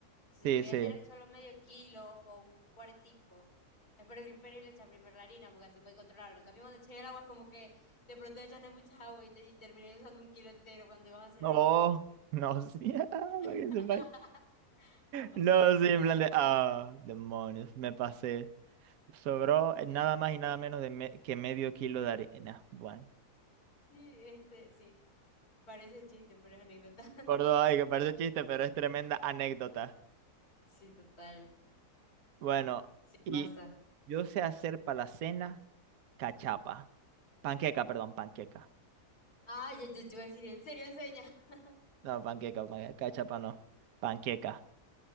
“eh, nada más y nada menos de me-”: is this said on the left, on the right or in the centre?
Right